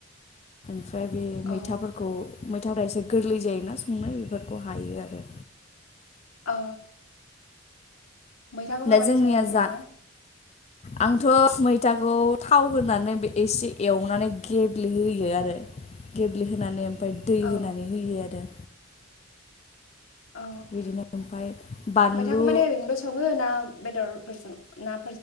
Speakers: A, on the left (about 30°); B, on the left (about 85°).
A: ओमफ्राय बे मैथाफोरखौ
B: अ
A: मैथाफोरा एसे गोरलै जायोना संनो बेफोरखौ हायो। आरो
B: ओ मैथाखौ
A: दा
B: माबायदि
A: जोंनिया
B: सङो नोंथाङा?
A: जा आंथ' मैथाखौ थाव होनानै बे एसे एवनानै गेब्लेहोयो आरो गेब्ले होनानै ओमफ्राय दै
B: अ
A: होनानै होयो आरो।
B: औ।
A: बिदिनो ओमफ्राय बानलु
B: मैथाखौ माने ओरैनोबो सङो ना बेदरफोरजों? ना